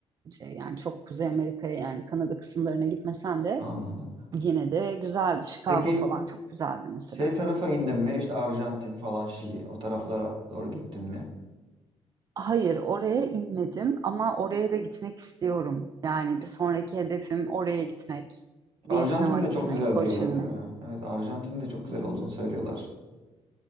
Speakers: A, on the right (about 35°); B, on the right (about 55°).
A: Şey, yani çok Kuzey Amerika'ya yani Kanada kısımlarına gitmesem de
B: Anladım.
A: yine de güzeldi. Chicago
B: Peki
A: falan çok güzeldi mesela.
B: şey tarafa indin mi? İşte Arjantin falan Şili o taraflara doğru gittin mi?
A: Hayır, oraya inmedim ama oraya da gitmek istiyorum. Yani bir sonraki hedefim oraya gitmek,
B: Arjantin
A: Vietnam'a
B: de
A: gitmek,
B: çok güzel
A: Ho
B: diyorlar
A: Chi Minh'e.
B: değil mi? Evet Arjantin de çok güzel olduğunu söylüyorlar.